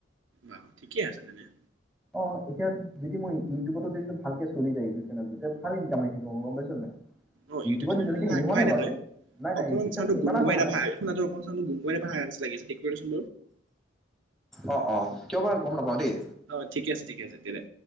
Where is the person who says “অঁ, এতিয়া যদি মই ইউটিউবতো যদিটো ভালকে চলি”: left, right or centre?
Centre